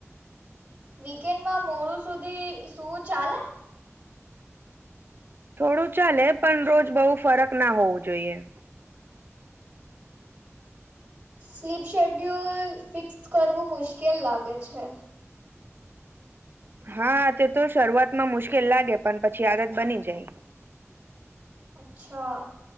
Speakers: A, on the right; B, on the right.
A: વીકેન્ડમાં મોડું સુધી શું ચાલે
B: થોડું ચાલે પણ રોજ બઉુ ફરક ના હોવું જોઈએ
A: સ્લીપ શેડ્યુલ ફિક્સ કરવું મુશ્કેલ લાગે છે
B: હા તે તો શરૂઆત માં મુશ્કેલ લાગે પણ પછી આદત બની જાય
A: અચ્છા